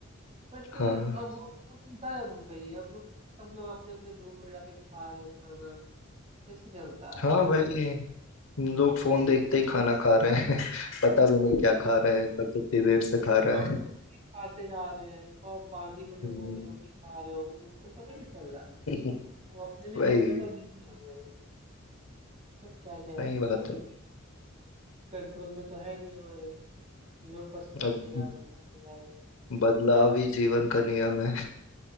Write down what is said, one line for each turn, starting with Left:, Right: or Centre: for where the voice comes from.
Right: बट
Left: हाँ
Right: अब वो वो चीज गायब हो गई है अब सब लोग अपने अपने रूम में जाके खा रहे हैं खाना कैसे चलता है अब?
Left: हाँ वही लोग फोन देखते ही खाना खा रहे हैं <laughs> पता भी
Right: वही
Left: नहीं
Right: वही
Left: क्या खा रहे हैं कब कितनी देर से
Right: हाँ
Left: खा रहे हैं
Right: कुछ भी खाते जा रहे हैं को पानी में डुबो
Left: हम्म,
Right: के रोटी खा रहे हो उनको पता नहीं चल रहा है
Left: <laughs>
Right: वो अपने में
Left: वही
Right: बहुत ज्यादा बिजी हो गए हैं बट क्या किया जा
Left: सही
Right: सकता
Left: बात
Right: है क्योंकि
Left: है
Right: कुछ कंट्रोल में तो है नहीं हमारे लोग बस करते
Left: अब
Right: जा रहे हैं करते जा रहे हैं
Left: बदलाव ही जीवन का नियम है